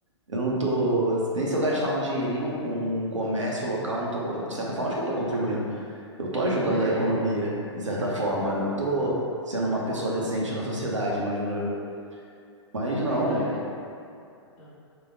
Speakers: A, on the right (about 85°); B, on the left (about 40°).
A: Eu não tô, nem se eu gastar um dinheirinho com um comércio local, eu não tô, con- de certa forma, acho que eu tô contribuindo. Eu tô ajudando
B: É.
A: a economia, de certa forma, né? Eu tô sendo uma pessoa decente na sociedade, imagino eu. Mas
B: Na
A: não.
B: verdade, é, ah,